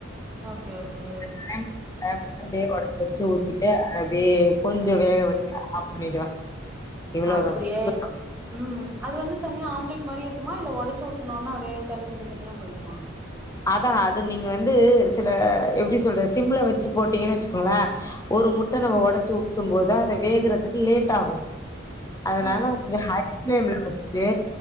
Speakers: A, in the centre; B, on the left.
A: ஓகே ஓகே
B: <unintelligible> அப்டியே ஒடச்சி ஒடச்சி ஊத்தி அப்டியே அத அப்டியே கொஞ்சோ
A: ம்
B: வேக விட்டு ஆஃப் பண்ணிடுவே இவ்ளோதா
A: அப்டியே
B: சிம்பிள்
A: ம் அது வந்து தனியா ஆம்லேட் மாரி இருக்குமா இல்ல ஒடச்சி ஊத்துணு ஒன்ன அப்டியே தனி தனி தனியா போயி்டுமா
B: அதா அது நீங்க வந்து சில எப்டி சொல்றது சிம்ல வச்சி போட்டீங்கன்னு வச்சுக்கோங்களே ஒரு முட்ட
A: ம்
B: நம்ம ஒடச்சி ஊத்தும் போது அத வேகுறதுக்கு லேட் ஆகு அதனால
A: ம்
B: கொஞ்சோ ஹை பிளேம்ல வச்சிட்டு